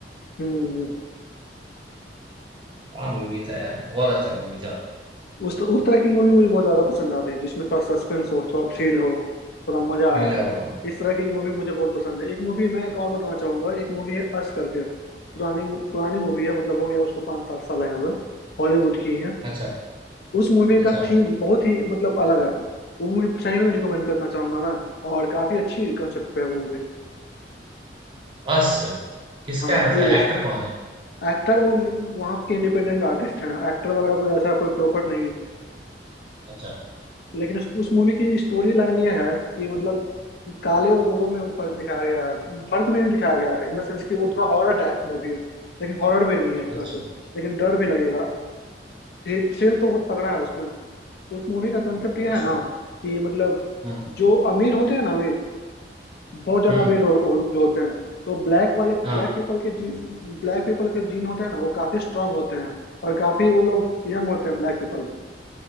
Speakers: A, on the left; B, on the right.
A: हम्म।
B: क्या मूवी था यार बहुत अच्छा मूवी था
A: उस उस तरह की मूवी मुझे बहुत ज्यादा पसंद आती है जिसमें थोड़ा सस्पेंस हो थोड़ा थ्रिल हो थोड़ा मजा
B: थ्रिलर
A: आया
B: होगा
A: इस तरह की मूवी मुझे बहुत पसंद है एक मूवी मैं एक और बताना चाहूंगा एक मूवी है अस करके पुरानी मू- पुरानी मूवी है मतलब हो गया उसको पाँच सात साल आए हुए हॉलीवुड की है
B: अच्छा
A: उस मूवी
B: अच्छा
A: का थीम बहुत ही मतलब अलग है वो मूवी सही में रिकमेंड करना चाहूंगा मैं और काफी अच्छी कंसेप्ट पे है वो मूवी
B: अस किसका
A: हाँ
B: है मतलब
A: यूएस
B: एक्टर कौन है
A: एक्टर वो वहाँ के इंडिपेंडेंट आर्टिस्ट हैं एक्टर वगैरह कोई ऐसा कोई प्रॉपर नहीं है
B: अच्छा
A: लेकिन उस, उस मूवी की स्टोरी लाइन ये है कि मतलब काले और गोरों में वो फर्क दिखाया गया है फर्क भी नहीं दिखाया गया इन द सेंस कि वो थोड़ा हॉरर टाइप मूवी है लेकिन हॉरर भी नहीं है एक
B: अच्छा
A: तरह से लेकिन डर भी लगेगा थ्रिल तो बहुत तगड़ा है उसमें तो उस मूवी का कंसेप्ट ये
B: अच्छा
A: है ना कि मतलब
B: हम्म
A: जो अमीर होते हैं ना अमीर बहुत ज्यादा
B: हम्म
A: अमीर हो- हो- जो होते हैं तो ब्लैक वाले
B: हाँ
A: ब्लैक पीपल के जीन ब्लैक पीपल के जीन होते हैं ना वो काफी स्ट्रांग होते हैं और काफी वो लोग यंग होते हैं ब्लैक पीपल